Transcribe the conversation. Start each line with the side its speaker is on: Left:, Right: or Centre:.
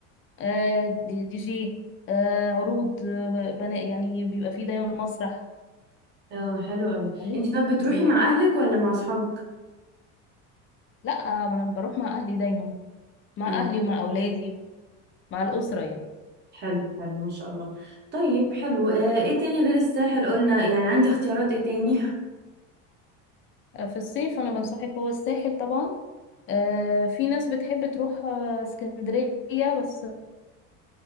Left: آه دي دي جي آه عروض آه بناء يعني بيبقى فيه دايما مسرح
Right: اه حلو أوي
Left: يعني
Right: انتي طب بتروحي
Left: بي...
Right: مع أهلك ولا مع أصحابك؟
Left: لا آه ما انا بروح مع اهلي دايما مع
Right: اه
Left: اهلي ومع اولادي مع الاسره يعني
Right: حلو حلو ما شاء الله طيب حلو آه ايه تاني غير الساحل قلنا يعني عندي اختيارات ايه تاني
Left: آه في الصيف انا بنصحك هو الساحل طبعا آه في ناس بتحب تروح آه اسكندريه بس